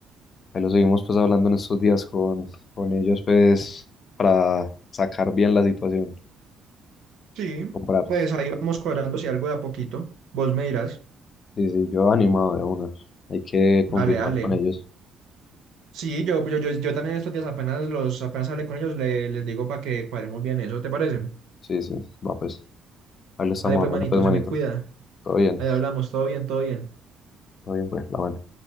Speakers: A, on the left (about 40°); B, on the right (about 75°).
A: Ahí lo seguimos pues hablando en estos días con, con ellos pues para sacar bien la situación
B: Sí,
A: y comprar.
B: pues ahí vamos cuadrando si algo de a poquito. Vos me dirás,
A: Sí, sí, yo animado de una. Hay que
B: dale,
A: confirmar
B: dale.
A: con ellos.
B: Sí, yo, yo, yo, yo también estos días apenas los, apenas hablé con ellos, le- les digo para que cuadremos bien eso, ¿te parece?
A: Sí, sí, va pues. Ahí lo estamos
B: Dale, pues,
A: hablando
B: manito,
A: pues manito.
B: se me cuida.
A: Todo bien.
B: Ahí hablamos, todo bien, todo bien.
A: Todo bien, pues, la buena.